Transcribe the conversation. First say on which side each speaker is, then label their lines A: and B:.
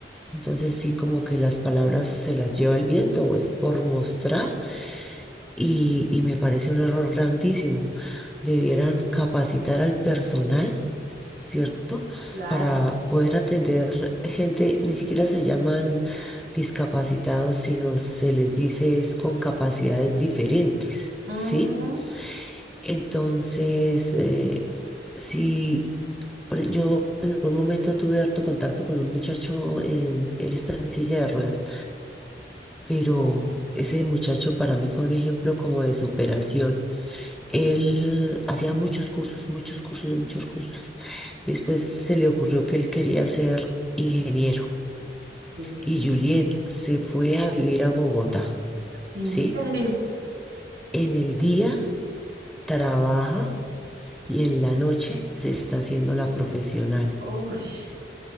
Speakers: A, in the centre; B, on the right (about 60°).
A: Entonces sí, como que las palabras se las lleva el viento o es por mostrar y, y me parece un error grandísimo. Debieran capacitar al personal ¿cierto?
B: Claro,
A: Para poder atender gente, ni siquiera se llaman discapacitados, sino se les dice es con capacidades diferentes,
B: Ujú,
A: ¿sí? Entonces, eh, si por- e, yo en algún momento tuve harto contacto con un muchacho, en, él está en silla de ruedas, pero ese muchacho para mí fue un ejemplo como de superación. Él hacía muchos cursos, muchos cursos, muchos cursos. Después se le ocurrió que él quería ser ingeniero
B: sí.
A: y Juliet se fue a vivir a Bogotá,
B: ¿En
A: ¿sí?
B: serio?
A: En el día trabaja y en la noche se está haciendo la profesional.
B: Ush,